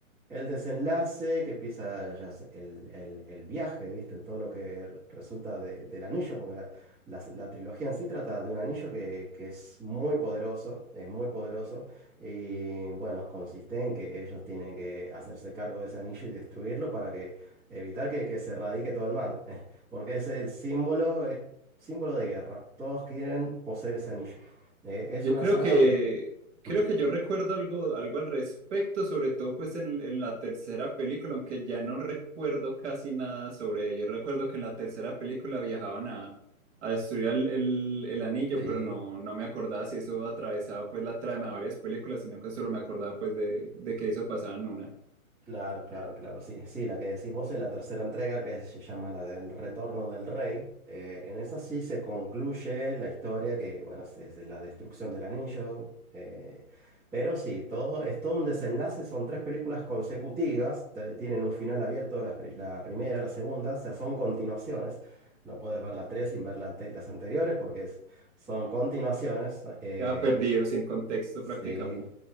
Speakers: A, in the centre; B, on the right.
A: el desenlace, que empieza ya se- el, el- el viaje, ¿viste? Todo lo que r- resulta de- del anillo, porque la, la- la trilogía en sí trata de un anillo que, que es muy poderoso, es muy poderoso, y bueno, consiste en que ellos tienen que hacerse cargo de ese anillo y destruirlo para que evitar que, que se radique todo el mal, <laughs> eh, porque es el símbolo, es símbolo de guerra, todos quieren poseer ese anillo. Eh, es
B: Yo
A: una
B: creo
A: saga
B: que
A: que...
B: creo
A: Mm,
B: que yo recuerdo algo, algo al respecto, sobre todo pues en, en la tercera película, aunque ya no recuerdo casi nada sobre ello. Recuerdo que en la tercera película viajaban a, a destruir el, el- el anillo,
A: Sí.
B: pero no, no me acordaba si eso atravesaba pues la trama de varias películas, sino que solo me acordaba pues de, de que eso pasaba en una.
A: Claro, claro, claro, sí, sí, la que decís vos es la tercera entrega que se llama la del Retorno del Rey. Eh, en esa sí se concluye la historia que, bueno, es, es la destrucción del anillo. eh, pero sí, todo, es todo un desenlace, son tres películas consecutivas, te- tienen un final abierto, las pri- la, primera, la segunda, o sea, son continuaciones. No puedes ver la tres sin ver la ante- las anteriores porque es- son continuaciones. eh,
B: Quedaba perdido, sin contexto
A: sí,
B: prácticamente.